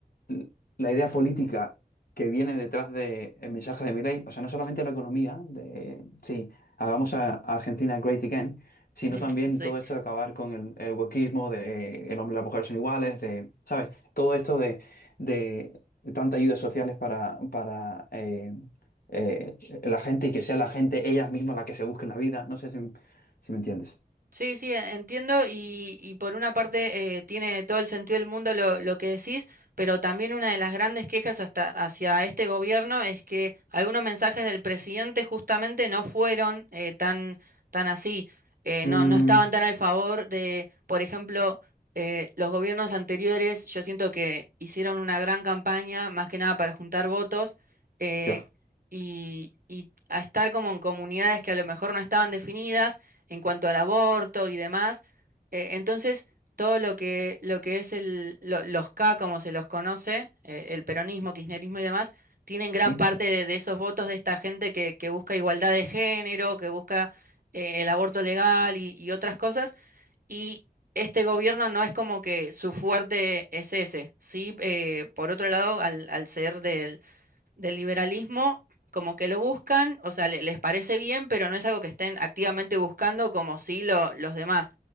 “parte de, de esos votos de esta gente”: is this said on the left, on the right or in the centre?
Right